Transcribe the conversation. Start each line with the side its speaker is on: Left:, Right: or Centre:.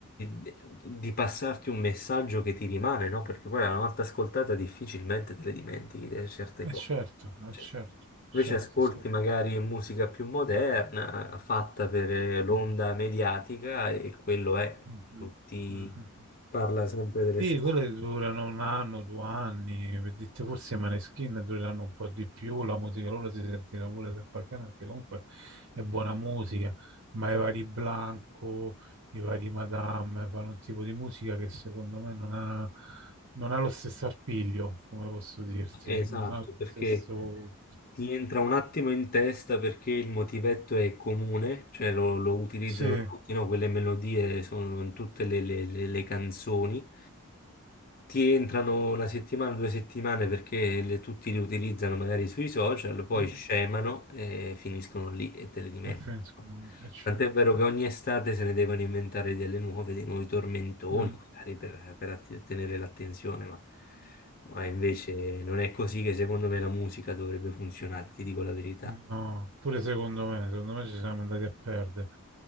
Left: di- di passarti un messaggio che ti rimane, no? Perché poi una volta ascoltata difficilmente te le dimentichi eh, certe
Right: Eh,
Left: cose.
Right: certo, eh,
Left: Cioè,
Right: certo, certo,
Left: invece ascolti
Right: sì.
Left: magari musica più moderna, fatta per eh, l'onda mediatica e quello è,
Right: Mhm,
Left: non ti
Right: mhm.
Left: parla sempre delle
Right: Sì,
Left: stesse
Right: quelle
Left: cose.
Right: durano un anno, due anni, per dirti forse i Maneskin durano un po' di più, la musica loro si sentirà pure da qualche anno, perché comunque è buona musica, ma i vari Blanco, i vari Madame fanno un tipo di musica che secondo me non ha, non ha lo stesso arpiglio, come posso dirti,
Left: Esatto,
Right: non ha lo
Left: perché...
Right: stesso...
Left: Ti entra un attimo in testa perché il motivetto è comune, cioè lo, lo utilizzano
Right: Sì,
Left: tutti, no? Quelle melodie sono in tutte le, le- le- le canzoni ti entrano una settimana, due settimane perché le- tutti li utilizzano magari sui social, poi
Right: mm,
Left: scemano e finiscono lì e te le dimentichi.
Right: è Friendsgiving, è certo.
Left: Tant'è vero che ogni estate se ne devono inventare delle nuove, dei nuovi tormentoni,
Right: Mm,
Left: magari per, per att- tenere l'attenzione, ma, ma invece non è così che secondo me la musica dovrebbe funzionare, ti dico la verità.
Right: No, pure secondo me, secondo me ci siamo andati a perdere,